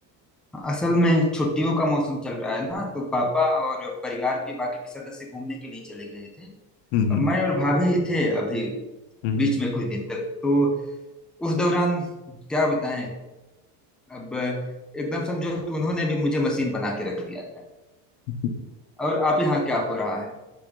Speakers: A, in the centre; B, on the left (about 80°).
A: असल में छुट्टियों का मौसम चल रहा है ना तो पापा और परिवार के बाकी सदस्य घूमने के लिए चले गए थे
B: हम्म हम्म
A: अब
B: हम्म।
A: मैं और भाभी थे अभी
B: हम्म,
A: बीच में कुछ दिन तक तो उस दौरान क्या बताएं अब एकदम समझो कि उन्होंने भी मुझे मशीन बना के रख दिया था
B: हम्म।
A: और आप यहाँ क्या हो रहा है